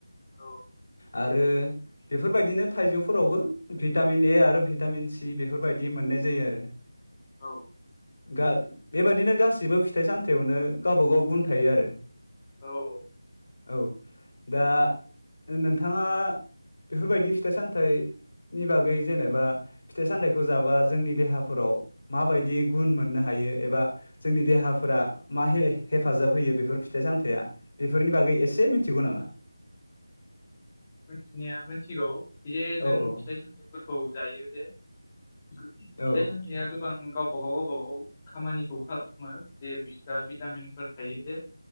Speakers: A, on the left; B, on the left.
A: औ
B: आरो बेफोरबायदिनो थाइजौफोरावबो भिटामिन ए आरो भिटामिन सि बेफोरबायदि मोननाय जायो आरो
A: औ
B: गाग बेबादिनो गासिबो फिथाइ सामथायावनो गावबा गाव गुन थायो आरो
A: औ औ
B: औ दा नोंथाङा बेफोरबायदि फिथाइ सामथाइ नि बागै जेनेबा फिथाइ सामथाइखौ जाबा जोंनि देहाफोराव माबायदि गुन मोननो हा यो एबा जोंनि देहाफोरा मा हे हेफाजाब होयो बेफोर फिथाइ सामथाया बेफोरनि बागै एसे मिथिगौ नामा
A: मिथिनाया मिथिगौ जे
B: औ
A: जों
B: औ
A: फिथाइ सामथाइफोरखौ जायो जे फिथाइ
B: औ
A: सामथायाइया गोबां गावबागाव गावबा गाव खामानिखौ खालामो जे बिसोरो भिटामिनफोर थायो जे